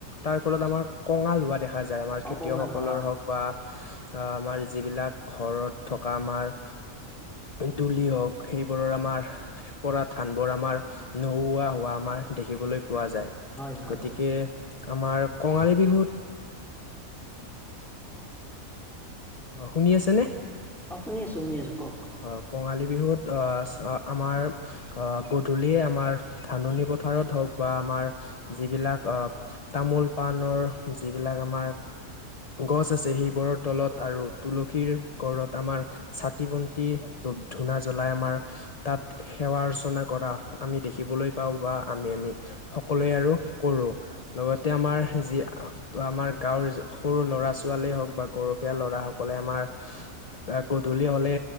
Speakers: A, on the left; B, in the centre.
A: তাৰ ফলত আমাৰ কঙাল হোৱা দেখা যায় আমাৰ খেতিয়কসকলৰ
B: অকমান হয়
A: হওঁক বা। আহ আমাৰ যিবিলাক, ঘৰত থকা আমাৰ। দোলি অ'ক, হওঁক সেইবোৰৰ আমাৰ। পৰা ধান বোৰ আমাৰ নোহোৱা হোৱা আমাৰ দেখিবলৈ পোৱা যায়।
B: হয় হয়
A: গতিকে
B: হয়
A: আমাৰ কঙালী বিহুত। অ'শুনি আছে নে?
B: অ', শুনি আছোঁ শুনি আছোঁ কওঁক।
A: অ, কঙালী বিহুত অ'আমাৰ। আহ গধূলিয়ে আমাৰ ধাননি পথাৰত হওঁক বা আমাৰ যিবিলাক অহ' তামোল -পাণৰ যিবিলাক আমাৰ গছ আছে। সেইবোৰৰ তলত
B: গছ
A: আৰু তুলসীৰ তলত আমাৰ চাকি- বন্তি ধুপ- ধূনা জ্বলাই আমাৰ। তাত সেৱা -অৰ্চনা কৰা আমি দেখিবলৈ পাওঁ বা। আমি আমি সকলোৱে আৰু কৰোঁ লগতে আমাৰ যি ত, আমাৰ গাঁৱৰ সৰু ল'ৰা -ছোৱালীয়ে হওঁক বা গৰখীয়া ল'ৰা সকলে আমাৰ তাত গধূলি হ'লে